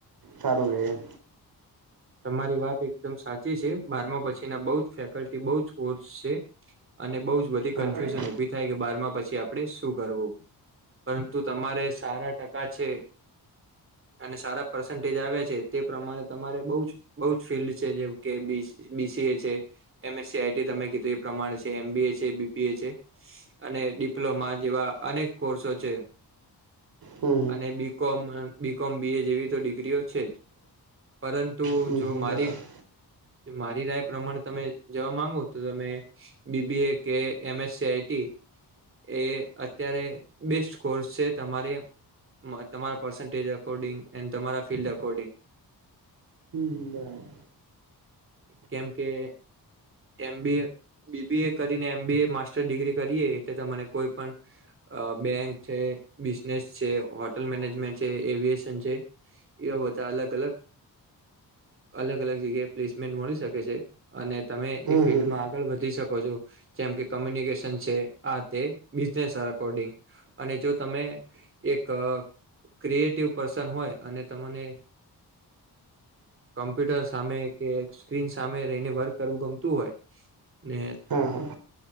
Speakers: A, on the right; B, on the right.
A: સારું રહે એમ
B: તમારી વાત એકદમ સાચી છે બારમા પછી ના બો જ ફેકલ્ટી બો જ કોર્સ છે અને બઉ જ બધી
A: હા
B: કન્ફ્યુઝન
A: બરાબર
B: ઉભી થાય કે બારમાં પછી આપડે શું કરવું પરંતુ તમારે સારા ટકા છે અને સારા પર્સન્ટેજ આવ્યા છે તે પ્રમાણે તમારે બોઉ જ બોઉ જ ફિલ્ડ છે જેમ કે બી બીસીએ છે એમસસી આઈટી તમે કીધું એ પ્રમાણે છે એમબીએ છે બીબીએ છે અને ડિપ્લોમા જેવા અનેક કોર્સો છે
A: હમ
B: અને બીકોમ બીકોમ બી એ જેવી તો ડિગ્રીઓ છે જ પરં તો
A: હમ
B: જો
A: હમ હમ
B: મારી
A: બરાબર
B: મારી રાય પ્રમાણે તમે જવા માંગો તો તમે બીબીએ કે એમએસસીઆઈટી એ અત્યારે બેસ્ટ કોર્સ છે તમારે તમારા પર્સન્ટેજ અકોર્ડિંગ એણ તમારા ફિલ્ડ અકોર્ડિંગ
A: હમ બરાબર
B: કેમ કે એમીબીએ બીબીએ કરીને એમબી એ માસ્ટર ડિગ્રી કરીએ એટલે તને કોઈ પણ બેંક છે બિઝનેસ છે હોટેલ મેનેજમેન્ટ છે એવિએશન છે એવા બધા અલગ અલગ અલગ અલગ જગ્યાએ પ્લેસમેન્ટ મળી શકે છે અને તમે
A: હમ
B: એ ફિલ્ડમાં
A: હમ
B: આગળ વધી શકો છો જેમ કે કોમ્યુનિકેશન છે આ તે બીઝિનેસ્સ અકોડિંગ અને જો તમે એક ક્રિએટિવ પર્સન હોય અને તમને કોમ્પ્યુટર સામે કે સ્ક્રીન સામે રહીને વર્ક કરવું ગમતું હોય ને
A: હા હા